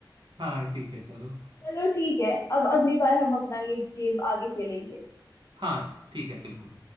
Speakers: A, on the right; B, on the left.
A: हाँ ठीक है चलो
B: चलो ठीक है अब अगली बार हम अपना ये गेम आगे खेलेंगे
A: हाँ ठीक है बिल्कुल